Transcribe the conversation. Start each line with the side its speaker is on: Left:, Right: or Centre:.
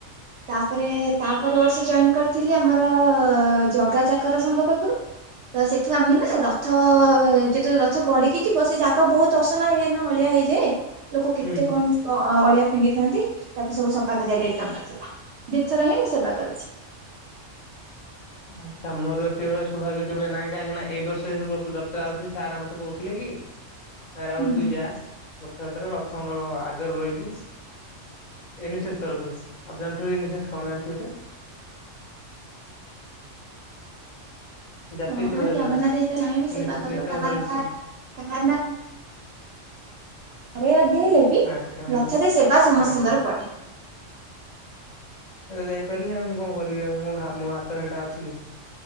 Right: ତାପରେ ତାପରେ ବର୍ଷ ଜଏନ୍ କରିଥିଲି ଆମର ଜଗା ଚାକର ସଂଘ ପାଖରୁ ତ ସେଠୁ ଆମେ ନା ର ଥ-ଯେତେବେଳେ ରଥ ଗଡିକି ଯିବ ସେ ଜାଗା ବହୁତ ଅସନା ହେଇଯାଏ ନା ଅଳିଆ ହେଇଯାଏ ଲୋକ କେତେ
Left: ହୁଁ ହୁଁ
Right: କଣ ଅଳିଆ ଫିଙ୍ଗିଥାନ୍ତି ତାକୁ ସବୁ ସଫା କରିବା ଦାୟିତ୍ୱ ଆମର ଥିଲା। ଦିଥର ହିଁ ମୁଁ ସେବା କରିଛି।
Left: ଆଚ୍ଛା ମୋର ସେଇଭଳିଆ ସୌଭାଗ୍ୟ କେବେ ନାଇଁ କାହିଁକି ନା ଏଇ ବର୍ଷରେ ପ୍ରଭୁ ରଥ ଯତ୍ରା ଆଉଛି ସାର୍ ମତେ କହୁଥିଲେ କି ରାହୁଲ
Right: ହୁଁ
Left: ତୁ ଯା ରଥଯାତ୍ରା ରଥଙ୍କ ଆଗରେ ରହିବୁ ଏନେସେସ୍ ତରଫରୁ ଆପଣ ଜାଣିଥିବେ ଏନେସେସ୍ କଣ ଜାଣିଥିବେ ତ। ଜାତୀୟ
Right: ଓ
Left: ସେବା
Right: ହଁ
Left: ଯୋଜନା
Right: ଜଗନ୍ନାଥ ଯେତେ ରହିବେ
Left: ଏନ୍ଏସ୍ଏସ୍
Right: ସେବା କରିବ
Left: ନ୍ୟାସନାଲ
Right: କାହାର
Left: ସର୍ଭିସ ସ୍କିମ୍।
Right: କା କାହାର ନା ଥରେ ଅଧେ ହେଲେ ବି
Left: ଆଚ୍ଛା ମୁଁ
Right: ରଥରେ ସେବା ସମସ୍ତଙ୍କର
Left: ହଁ
Right: ପଡେ।
Left: ଆରେ ଯାଇପାରିଲିନି ଆଉ ମୁଁ କଣ କରିବି ଆଉ ମୋ-ମୋ ହାତରେ ଏଟା ଅଛି କି?